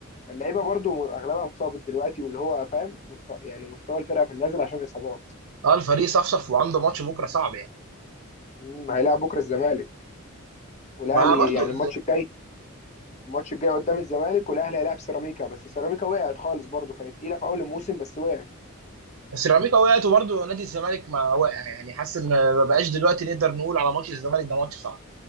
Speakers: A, on the left; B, on the right.
A: فاللعيبه برضه م- اغلبها اتصابت دلوقتي واللي هو فاهم مستوى يعني مستوى الفرقه في النازل عشان اصابات
B: اه الفريق صفصف وعنده ماتش بكره صعب يعني
A: مم، هيلاعب بكره الزمالك والاهلي
B: ما برضه
A: يعني الماتش الجاي الماتش الجاي قدام الزمالك والاهلي هيلاعب سيراميكا بس سيراميكا وقعت خالص برضه كانت تقيله في اول الموسم بس وقعت
B: بس سيراميكا وقعت وبرضه نادي الزمالك ما وقع يعني حاسس ان ما بقاش دلوقتي نقدر نقول على ماتش الزمالك ده ماتش صعب